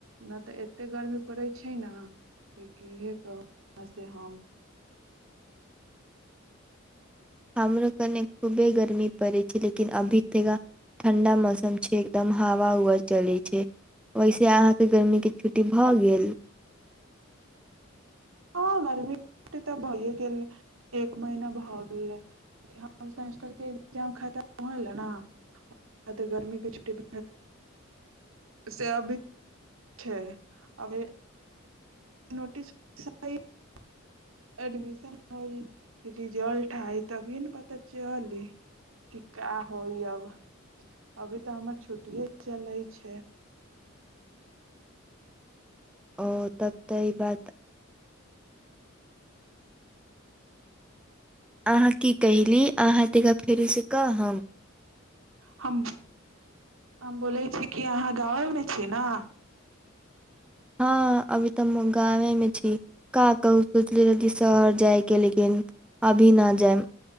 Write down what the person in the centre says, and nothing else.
हमरो कने खूबे गर्मी पड़ैत छै लेकिन अभी तथा ठण्डा मौसम छै एकदम हवा उवा चलै छै वहिसे अहाँके गर्मीके छुट्टी भऽ गेल
ओ तब त इ बात अहाँ की कहयली अहाँ तनका फेरोसँ कहब
हँ अभी तऽ हम गाँवमे छी का कहू सोचली रह जे शहर जायके लेकिन अभी न जायब